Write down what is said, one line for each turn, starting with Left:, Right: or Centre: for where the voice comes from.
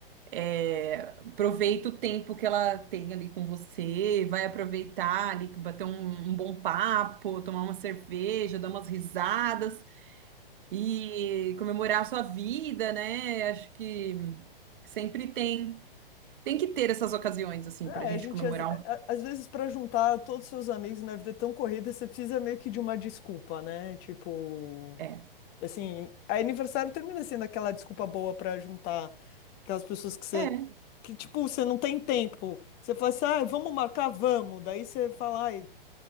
Right: É, aproveita o tempo que ela tem ali com você, vai aproveitar ali, bater um, um bom papo, tomar uma cerveja, dar umas risadas e comemorar a sua vida, né? Acho que sempre tem, tem que ter essas ocasiões assim
Left: É,
Right: pra gente
Left: a gente,
Right: comemorar
Left: às, a-
Right: um.
Left: às vezes, para juntar todos os seus amigos na vida tão corrida, você precisa meio que de uma desculpa, né? Tipo,
Right: É.
Left: assim, aniversário termina sendo aquela desculpa boa para juntar aquelas pessoas que você,
Right: é.
Left: que, tipo, você não tem tempo. Você fala assim, ai, vamos marcar, vamos. Daí você fala, ai.